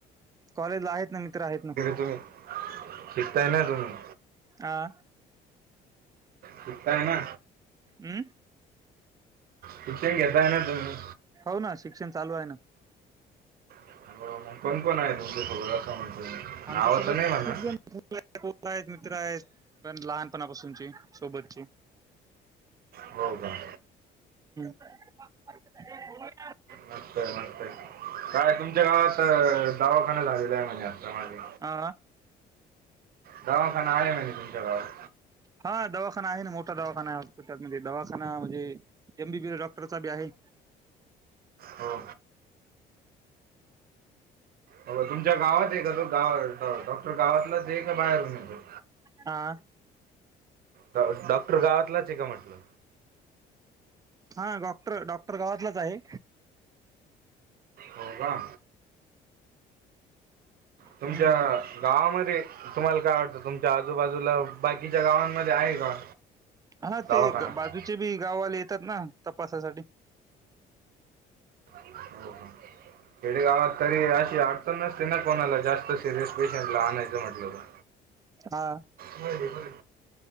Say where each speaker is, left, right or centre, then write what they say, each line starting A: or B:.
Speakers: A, on the right (about 20°); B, on the right (about 60°).
A: कॉलेजला आहेत ना मित्र आहेत ना.
B: तुम्ही शिकताय ना तुम्ही
A: हां.
B: शिकताय ना
A: अम्म.
B: शिक्षण घेताय न तुम्ही
A: हो ना शिक्षण चालू आहे ना
B: <unintelligible> कोण कोण आहे तुमच्या सोबत. <unintelligible>
A: आमच्यासोबत
B: नावं तर नाही म्हणा
A: खूप जण <unintelligible> आहेत मित्र आहेत पण लहानपणापासून. तुमची सोबतची
B: हो का.
A: <unintelligible>
B: मस्त आहे मस्त आहे काय तुमच्या गावात दावाखाना झालेला आहे म्हणजे चा मागे
A: हा. अ
B: दवाखाना आले माहिती तुमच्या गावात.
A: हा दवाखाना आहे ना मोठा दवाखाना आहे हॉस्पिटलमध्ये दवाखा ना म्हणजे एम बी बी एस डॉक्टरचा बी आहे.
B: हो. हो तुमच्या गावात आहे का तो गाव डॉ डॉक् टर गावातलाच आहे का बाहेरून येतो.
A: हा
B: डॉ डॉक्टर गावातलाच आहे का म्हटलं?
A: हा डॉक्टर डॉक्टर गावातलंच आहे.
B: हो का! तुमच्या
A: हम्म.
B: गावामध्ये तुम्हाला काय वाटतं तुमच्या आजूबाजूला बाकीच्या गावांमध्ये आहे का?
A: हा
B: दवाखाना
A: ते बाजूचे बी गावा वाले येतात ना तपासासाठी.
B: हो हा. खेडेगावात तरी अशी अडचण नसते ना कोणाला जास्त सिरियस पेशंट ला आणाय चं म्हटलं का?
A: हा
B: होय रे होय.